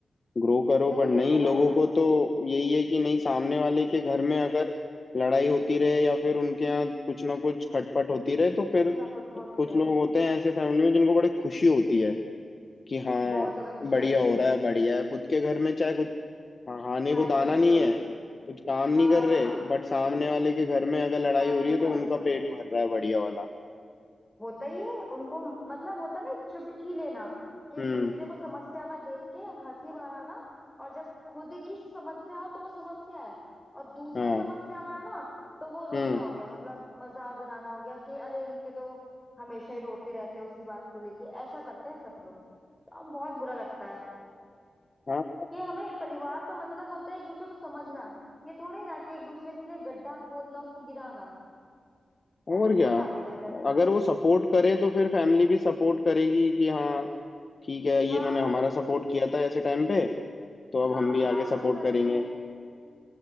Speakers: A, on the left; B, in the centre.
A: ग्रो करो
B: नहीं
A: पर नहीं
B: देते
A: लोगों
B: भाई
A: को तो यही है कि नहीं सामने वाले के घर में अगर लड़ाई होती रहे या फिर उनके यहाँ कुछ ना कुछ खटपट होती रहे तो फिर
B: कुछ ना कुछ होती
A: कुछ
B: रहे
A: लोग होते हैं ऐसे फैमिली में जिनको बड़ी खुशी होती है कि हाँ
B: बहुत ज्यादा खुशी
A: बढ़िया
B: होती
A: हो
B: है
A: रहा है बढ़िया है खुद के घर में चाहे कुछ खाने
B: चाहे
A: को दाना
B: कुछ भी
A: नहीं
B: हो रहा
A: है कुछ काम नहीं
B: हाँ
A: कर रहे बट सामने वाले के घर में अगर लड़ाई
B: सामने
A: हो रही है
B: को
A: तो
B: वाले
A: उनका
B: कहेंगे
A: पेट भर रहा है बढ़िया वाला
B: होता ही है उनको मतलब होता नहीं चुटकी लेना कि
A: हम्म
B: दूसरे को समस्या में देख के हंसी बनाना और जब खुद की समस्या हो तो वो समस्या है और दूसरा
A: हाँ
B: समस्या में है ना तो वो रोना
A: हम्म
B: हो गया मतलब मजाक बनाना हो गया कि अरे इनके तो हमेशा ही रोते रहते हैं उसी बात को लेके ऐसा करते हैं सब लोग तो अब बहुत बुरा लगता है
A: हाँ
B: कि हमें परिवार का मतलब होता है एक दूसरे को समझना ये थोड़ी ना कि एक दूसरे के लिए गड्ढा खोदना उसको गिराना
A: और
B: ऐसे कैसे
A: क्या
B: आगे बढ़ेगा इंसान
A: अगर वो सपोर्ट करें तो फिर फैमिली भी सपोर्ट करेगी कि हाँ ठीक है ये
B: हाँ
A: इन्होंने हमारा सपोर्ट किया था ऐसे टाइम पे तो
B: हाँ
A: अब हम भी आगे
B: आज
A: सपोर्ट
B: हम करेंगे
A: करेंगे